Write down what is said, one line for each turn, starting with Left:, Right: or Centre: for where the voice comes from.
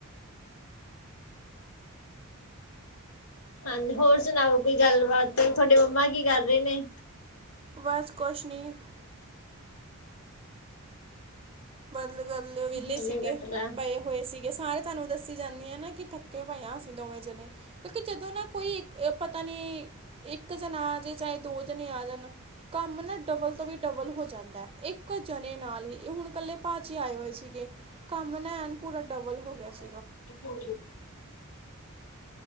Left: ਹਾਂਜੀ, ਹੋਰ ਸੁਣਾਓ ਕੋਈ ਗੱਲਬਾਤ ਤੁਹਾਡੇ ਮੰਮਾ ਕੀ ਕਰ ਰਹੇ ਨੇ।
Right: ਬਸ ਕੁਛ ਨਹੀਂ। ਬਸ ਗੱਲ ਵਿਹਲੇ
Left: ਝੋਨੇ
Right: ਸੀਗੇ
Left: ਕੱਟ ਲਾ।
Right: ਪਏ ਹੋਏ ਸੀਗੇ। ਹਾਂ 'ਤੇ ਤੁਹਾਨੂੰ ਦੱਸੀ ਜਾਂਦੀ ਆ ਨਾ, ਕਿ ਥੱਕੇ ਪਏ ਹਾਂ। ਅਸੀਂ ਦੋਵੇਂ ਜਣੇ, ਕਿਉਂਕਿ ਜਦੋਂ ਨਾ ਕੋਈ ਪਤਾ ਨੀ ਇੱਕ ਜਣਾ ਆ ਜੇ ਚਾਹੇ ਦੋ ਜਣੇ ਆ ਜਾਣ, ਕੰਮ ਨਾ ਡਬਲ ਤੋਂ ਵੀ ਡਬਲ ਹੋ ਜਾਂਦਾ। ਇੱਕ ਜਣੇ ਨਾਲ ਹੀ ਹੁਣ ਇਕੱਲੇ ਭਾਜੀ ਆਏ ਹੋਏ ਸੀਗੇ, ਕੰਮ ਨਾ ਐਣ ਪੂਰਾ ਡਬਲ ਹੋ ਗਿਆ ਸੀ।
Left: <unintelligible>